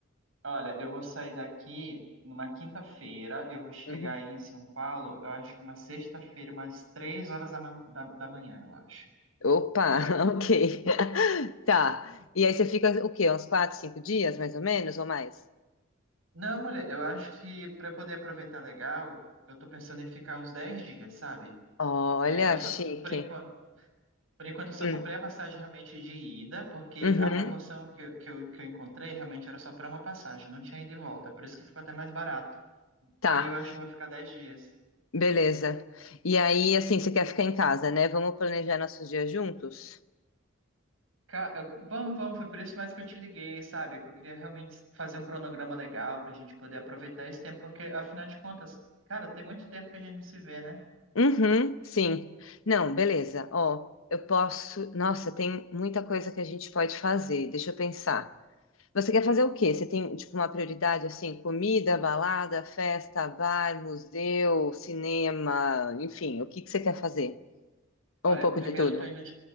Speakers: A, on the right; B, on the left.
A: Olha, eu vou sair daqui numa quinta-feira, eu vou chegar
B: Uhum.
A: aí em São Paulo, eu acho que uma sexta-feira, umas três horas da, man- da, da manhã, eu acho.
B: Opa,
A: É.
B: <laughs> ok. <laughs> Tá. E aí você fica o quê? Uns quatro, cinco dias, mais ou menos, ou mais?
A: Não, mulher, eu acho que pra eu poder aproveitar legal, eu tô pensando em ficar uns 10 dias, sabe?
B: Olha,
A: É, eu só,
B: chique.
A: por enquanto. Por enquanto, eu só
B: Hum.
A: comprei a passagem realmente de ida, porque
B: Uhum.
A: a promoção que, eu- que, eu, que eu encontrei realmente era só para uma passagem, não tinha ida e volta, por isso que ficou até mais barato.
B: Tá,
A: Aí eu acho que eu vou ficar 10 dias.
B: beleza. E aí, assim, você quer ficar em casa, né? Vamos planejar nossos dias juntos?
A: Ca- eu- vamos, vamos, foi por isso mais que eu te liguei, sabe? Que eu queria realmente fazer um cronograma legal para a gente poder aproveitar esse tempo, porque afinal de contas, cara, tem muito tempo que a gente não se vê, né?
B: Uhum, sim. Não, beleza. Ó, eu posso. Nossa, tem muita coisa que a gente pode fazer. Deixa eu pensar. Você quer fazer o quê? Você tem, tipo, uma prioridade assim, comida, balada, festa, bar, museu, cinema, enfim, o que que você quer fazer?
A: Olha,
B: Ou um pouco
A: primeiro
B: de tudo?
A: eu tô indo,